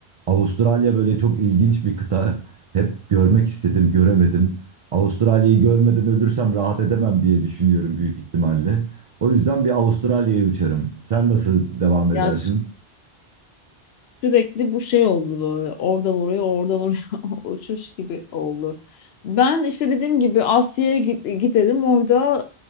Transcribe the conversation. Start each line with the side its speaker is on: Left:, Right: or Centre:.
Right: Avustralya böyle çok ilginç bir kıta. Hep görmek istedim, göremedim. Avustralya'yı görmeden ölürsem rahat edemem diye düşünüyorum büyük ihtimalle. O yüzden bir Avustralya'ya uçarım. Sen nasıl devam edersin?
Left: ya Sürekli bu şey oldu böyle. Oradan oraya, oradan oraya <laughs> uçuş gibi oldu. Ben işte dediğim gibi Asya'ya git- giderim. Orada